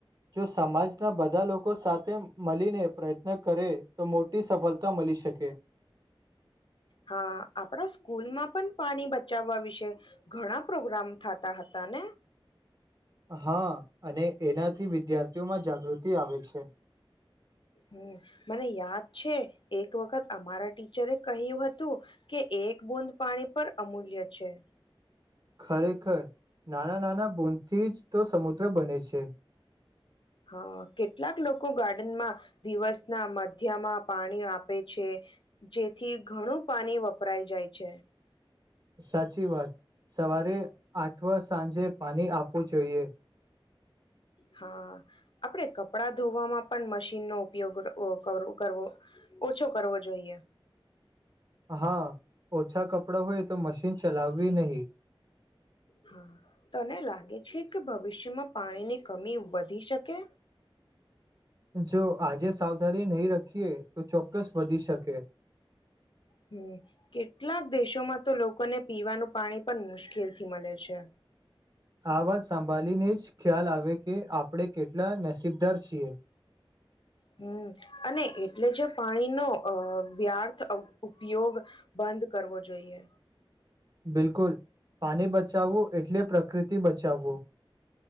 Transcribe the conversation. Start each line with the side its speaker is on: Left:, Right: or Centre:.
Right: જો સમાજના બધા લોકો સાથે મળીને પ્રયત્ન કરે તો મોટી સફળતા મળી શકે
Left: હા આપણા સ્કૂલમાં પણ પાણી બચાવવા વિશે ઘણા પ્રોગ્રામ થતા હતા ને.
Right: હા અને એનાથી વિદ્યાર્થીઓમાં જાગૃતિ આવે છે.
Left: હમ મને યાદ છે એક વખત અમારા ટીચરે કહ્યું હતું કે એક બુંદ પાણી પર અમૂલ્ય છે.
Right: ખરેખર નાના નાના બોદ થી જ તો સમુદ્ર બને છે.
Left: હા કેટલાક લોકો ગાર્ડનમાં દિવસના મધ્યમાં પાણી આપે છે જેથી ઘણું પાણી વપરાય જાય છે
Right: સાચી વાત સવારે આઠ વાગ્યા બાદ સાંજે પાણી આપવું જોઈએ
Left: હા આપડે કપડા ધોવામાં પણ મશીનનો ઉપયોગ કરવો ઓછો કરવો જોઈએ
Right: હા ઓછા કપડાં હોય તો મશીન ચલાવવી નહી
Left: હા તને લાગે છે કે ભવિષ્યમાં પાણીની કમી વધી શકે
Right: જો આજે સાવધાની નહી રાખીએ તો ચોક્કસ વધી શકે
Left: હમ કેટલાક દેશોમાં તો લોકોને પીવાનું પાણી પણ મુશ્કેલથી મળે છે
Right: આ વાત સાંભાળીને જ ખ્યાલ આવે કે આપણે કેટલા નસીબદાર છીએ
Left: હમ અને એટલે જે પાણીનો વ્યર્થ ઉપયોગ બંધ કરવો જોઈએ
Right: બિલકુલ પાણી બચાવવું એટલે પ્રકૃતિ બચાવવું